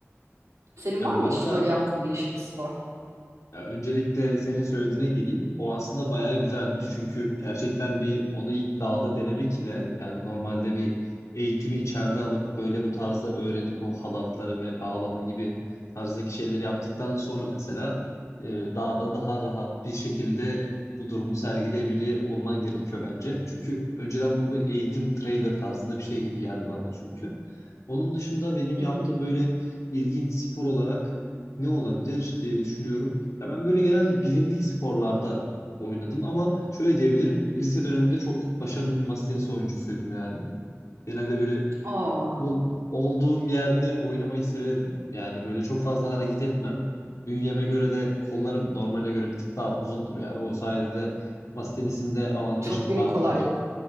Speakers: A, on the right (about 80°); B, on the left (about 85°).
A: Senin
B: Ya
A: var
B: bu
A: mı
B: arada
A: hiç böyle yaptığın değişik bir spor?
B: Ya öncelikle senin söylediğine geleyim. O aslında bayağı güzelmiş. Çünkü gerçekten bir onu ilk dağda denemek ile yani normalde bir eğitimi içeride alıp böyle bu tarzda öğrenip o halatları ve bağlama gibi tarzdaki şeyleri yaptıktan sonra mesela e, dağda daha rahat bir şekilde bu durumu sergileyebiliyor olman gerekiyor bence. Çünkü önceden bu bir eğitim trailer tarzında bir şey gibi geldi bana çünkü. Onun dışında benim
A: Hı
B: yaptığım
A: hı.
B: böyle ilginç spor olarak ne olabilir diye düşünüyorum. Ya ben böyle genelde bilindik sporlarda oynadım ama şöyle diyebilirim. Lise döneminde çok başarılı bir masa tenisi oyuncusuydum yani. Genelde böyle
A: Oo,
B: ol- olduğum yerde oynamayı severim. Yani böyle çok fazla hareket etmem. Bünyeme göre de kollarım normale göre bir tık daha uzundur. Yani o sayede de masa tenisinde avantajım
A: çok büyük
B: artar.
A: kolaylık.